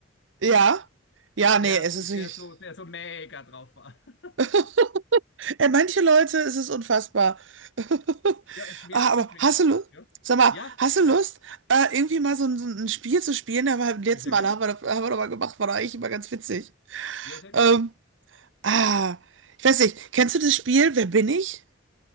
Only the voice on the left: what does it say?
Der,
der
so, der so mega drauf war. <laughs>
Ja, es ist schwer
und
tut weh.
Ja,
ja,
ja,
Ja, sehr
gern.
Ja, sehr gern.